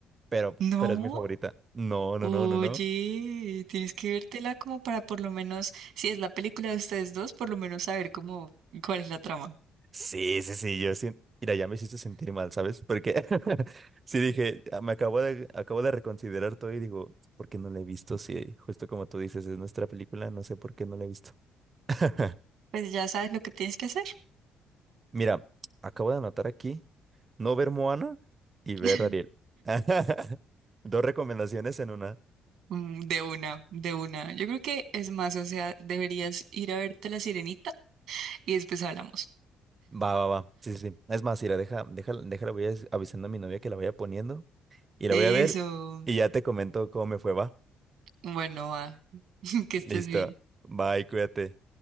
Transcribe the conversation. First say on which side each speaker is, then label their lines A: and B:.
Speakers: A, on the right (about 30°); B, on the right (about 75°).
A: Pero,
B: No,
A: pero es mi favorita. No, no,
B: oye,
A: no, no, no.
B: tienes que vértela como para por lo menos, si es la película de ustedes dos, por lo menos saber cómo, cuál es la trama.
A: Sí, sí, sí, yo sí. Mira, ya me hiciste sentir mal, ¿sabes? Porque <laughs> sí dije, "Ah, me acabo de, acabo de reconsiderar todo y digo, ¿por qué no la he visto? Sí, justo como tú dices, es nuestra película, no sé por qué no la he visto. <laughs>
B: Pues ya sabes lo que tienes que hacer.
A: Mira, acabo de anotar aquí no ver Moana y ver
B: <laughs>
A: Ariel. <laughs> Dos recomendaciones en una.
B: Mm, De una, de una. Yo creo que es más, o sea, deberías ir a verte La Sirenita y después hablamos.
A: Va, va, va. Sí, sí, sí. Es más, mira, deja, deja. déjala, voy a- avisando a mi novia que la vaya poniendo y la
B: Eso.
A: voy a ver y ya te comento cómo me fue, va.
B: Bueno, va. <laughs> Que
A: Listo.
B: estés bien.
A: Bye, cuídate.